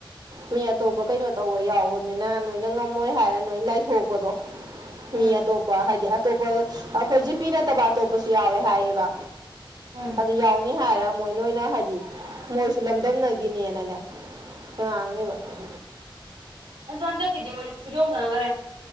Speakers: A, on the right; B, on the right.
A: ꯃꯤ ꯑꯇꯣꯞꯄ ꯀꯩꯅꯣ ꯇꯧꯕ ꯌꯥꯎꯕꯅꯤꯅ ꯅꯣꯏꯅ ꯉꯝꯃꯣꯏ ꯍꯥꯏꯔ ꯅꯣꯏ ꯂꯥꯏꯊꯣꯛꯄꯗꯣ ꯃꯤ
B: ꯑꯥ
A: ꯑꯇꯣꯞ ꯀꯡꯄ ꯍꯥꯏꯗꯤ ꯑꯇꯣꯞꯄ ꯑꯩꯈꯣꯏ ꯖꯤꯄꯤ‌ ꯅꯠꯇꯕꯥ ꯑꯇꯣꯞꯄꯁꯨ ꯌꯥꯎꯋꯦ ꯍꯥꯏꯌꯦꯕ
B: ꯎꯝ
A: ꯑꯗꯨ ꯌꯥꯎꯅꯤ ꯍꯥꯏꯔꯒ ꯃꯣꯏ ꯅꯣꯏꯅ ꯍꯥꯏꯗꯤ ꯃꯣꯏꯁꯨ ꯂꯝꯗꯝꯅꯒꯤꯅꯦꯅꯅꯦ <inaudible>
B: ꯅꯪ ꯊꯟꯗꯛ ꯀꯗꯤ ꯃꯣꯏꯁꯨ ꯈꯨꯖꯧꯅ ꯈꯔꯦ